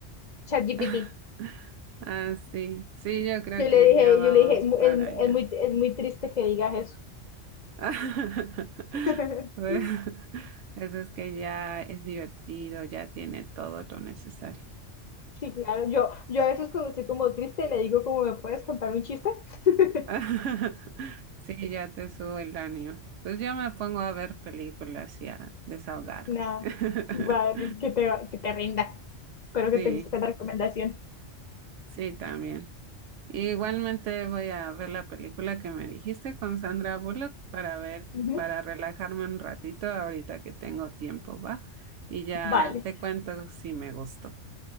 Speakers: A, on the left (about 50°); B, on the right (about 75°).
A: ChatGPT.
B: <laughs> ah, sí, sí, yo creo
A: Yo
B: que
A: le dije,
B: ya vamos
A: yo le dije, "Mu-
B: para
A: es,
B: allá.
A: es muy, es muy triste que digas eso.
B: <laughs>
A: <laughs>
B: Bueno, Eso es que ya es divertido, ya tiene todo lo necesario.
A: Sí, claro, yo, yo a veces cuando estoy como triste le digo como, ¿me puedes contar un chiste? <laughs>
B: <laughs> Sí, ya te sube el ánimo. Pues yo me pongo a ver películas y a desahogar.
A: Nada,
B: <laughs>
A: vale, que te, va- que te rinda. Espero que
B: Sí,
A: te guste la recomendación.
B: sí, también. Igualmente voy a ver la película que me dijiste con Sandra Bullock para ver,
A: Ujú, ujú.
B: para relajarme un ratito ahorita que tengo tiempo, ¿va? Y ya
A: Vale,
B: te cuento si me gustó.